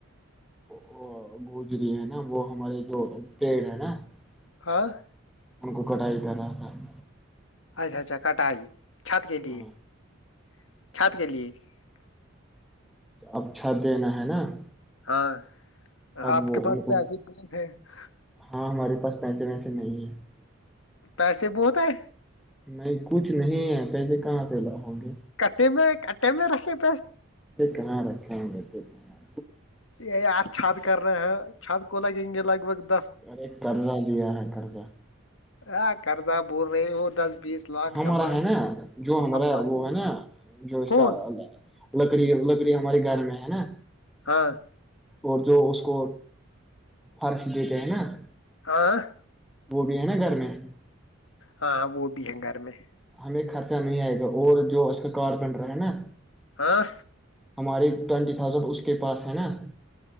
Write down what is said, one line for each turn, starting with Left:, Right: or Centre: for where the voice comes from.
Centre: وہ گوجری ہے نا وہ ہمارے جو پیڑ ہے نا <unintelligible>
Left: ہاں <unintelligible>
Centre: ان کو کٹائی کرا تھا <unintelligible>
Left: اچھا اچھا کٹائی <unintelligible> چھت کے لی
Centre: ہاں
Left: <unintelligible> چھت کے لیے <unintelligible>
Centre: اب چھت دینا ہے نا <unintelligible>
Left: ہاں <unintelligible>
Centre: اب
Left: آپ
Centre: وہ
Left: کے پاس
Centre: ان کو
Left: تو ایسے گ ہیں <unintelligible>
Centre: ہاں ہمارے پاس پیسے ویسے نہیں ہے <unintelligible>
Left: پیسے بہت ہے <unintelligible>
Centre: نہیں کچھ نہیں ہے پیسے کہاں سے لا ہو گے <unintelligible>
Left: کٹے میں کٹے میں رکھے <unintelligible>
Centre: کہاں رکھ گ <unintelligible> ٹھ <unintelligible>
Left: یہی آار چھاد کر رہے ہیں <unintelligible> چھت کو لگیں گے لگ بگ <unintelligible>
Centre: ارے کرضہ جویا ہے کرضہ <unintelligible>
Left: ہاں کردہ بول رہے وہ دس <unintelligible>
Centre: ہمارا
Left: جمع
Centre: ہے نا جو ہمارا
Left: امبانی
Centre: وہ ہے نا جو اس
Left: کون
Centre: کا <unintelligible> لکڑی لکڑی ہمارے گھر میں ہے نا <unintelligible>
Left: ہاں <unintelligible>
Centre: اور جو اس کو فرش دیتے ہیں نا <unintelligible>
Left: ہاں <unintelligible>
Centre: وہ بھی ہے نا گھر میں <unintelligible>
Left: ہاں وہ بھی ہیں گھر میں <unintelligible>
Centre: ہمیں خرچہ نہیں آئے گا اور جو اس کا کارپینٹر ہے نا <unintelligible>
Left: ہاں
Centre: ہماری ٹٹی <unintelligible> اس پاس ہے ن <unintelligible>